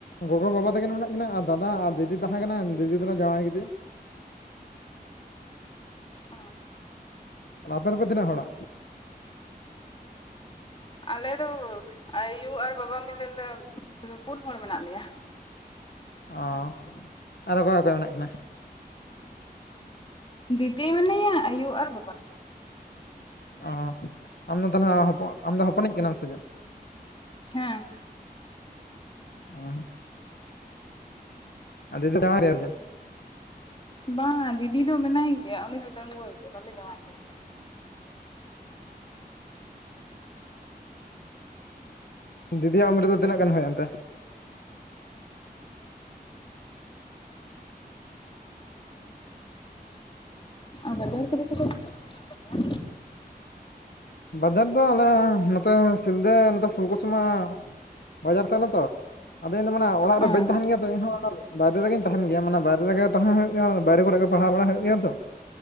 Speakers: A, on the left; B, on the left.
A: ᱜᱚᱜᱚ ᱵᱟᱵᱟ ᱛᱟᱹᱠᱤᱱ ᱢᱮᱱᱟᱜ ᱠᱤᱱᱟ ᱟᱨ ᱫᱟᱫᱟ ᱟᱨ ᱫᱤᱫᱤ ᱛᱟᱦᱮᱸ ᱠᱟᱱᱟᱭ ᱫᱤᱫᱤ ᱫᱚᱞᱮ ᱡᱟᱶᱟᱭ ᱠᱮᱫᱮᱭᱟ᱾
B: ᱚ
A: ᱟᱯᱮ ᱫᱚᱯᱮ ᱛᱤᱱᱟᱹᱜ ᱦᱳᱱᱟ?
B: ᱟᱞᱮ ᱫᱚ ᱟᱭᱩ ᱟᱨ ᱵᱟᱵᱟ ᱢᱤᱞᱮ ᱞᱮ ᱯᱩᱱ ᱦᱚᱲ ᱢᱮᱱᱟᱜ ᱞᱮᱭᱟ᱾
A: ᱚ ᱟᱨᱚ ᱚᱠᱚᱭ ᱚᱠᱚᱭ ᱢᱮᱱᱟᱜ ᱠᱤᱱᱟ?
B: ᱫᱤᱫᱤ ᱢᱮᱱᱟᱭᱟ ᱟᱭᱩ ᱟᱨ ᱵᱟᱵᱟ᱾
A: ᱚ ᱟᱢᱫᱚ ᱛᱟᱦᱚᱞᱮ ᱦᱚᱯᱚ ᱟᱢ ᱫᱚ ᱦᱚᱯᱚᱱᱤᱡ ᱠᱟᱱᱟᱢ ᱥᱮ ᱪᱮᱫ?
B: ᱦᱮᱸ
A: ᱚ ᱦ <unintelligible>
B: ᱵᱟᱝᱼᱟ ᱫᱤᱫᱤ ᱫᱚ ᱢᱮᱱᱟᱭ ᱜᱮᱭᱟ ᱩᱱᱤ ᱫᱚ ᱰᱟᱺᱩᱣᱟᱹ ᱜᱮᱭᱟ ᱵᱟᱞᱮ ᱡᱟᱶᱟᱭ ᱠᱟᱫᱮᱭᱟ ᱾
A: ᱫᱤᱫᱤᱭᱟᱜ ᱩᱢᱟᱹᱨ ᱫᱚ ᱛᱤᱱᱟᱹᱜ ᱜᱟᱱ ᱦᱩᱭᱮᱱ ᱛᱮ?
B: ᱟᱨ ᱵᱟᱡᱟᱨ ᱠᱚ ᱛᱚᱵᱮ ᱛᱤᱱᱟᱹᱜ ᱥᱺᱜᱤᱧ ᱛᱟᱯᱮᱭᱟ?
A: ᱵᱟᱡᱟᱨ ᱫᱚ ᱟᱞᱮ ᱱᱚᱛᱮ ᱥᱤᱞᱫᱟᱹ ᱱᱚᱛᱮ ᱯᱷᱩᱞᱠᱩᱥᱢᱟ ᱵᱟᱡᱟᱨ ᱛᱞᱮ ᱛᱚ ᱾ ᱟᱫᱚ ᱤᱧ ᱫᱚ ᱢᱟᱱᱮ ᱚᱲᱟᱜ
B: ᱚᱸ
A: ᱨᱮ ᱵᱟᱹᱧ ᱛᱟᱦᱮᱱ ᱜᱮᱭᱟ ᱛ ᱤᱧᱦᱚᱸ ᱚᱱᱟ ᱵᱟᱭᱨᱮ ᱨᱮᱜᱮᱧ ᱛᱟᱦᱮᱱ ᱜᱮᱭᱟ ᱢᱟᱱᱮ ᱵᱟᱭᱨᱮ ᱨᱮᱜᱮ ᱛᱟᱦᱮ ᱦᱩᱭᱩᱜ ᱜᱮᱭᱟ ᱵᱟᱭᱨᱮ ᱠᱚᱨᱮᱜᱮ ᱯᱟᱲᱦᱟᱣ ᱵᱟᱲᱟᱜ ᱦᱩᱭᱩᱜ ᱜᱮᱭᱟ ᱛᱚ ᱾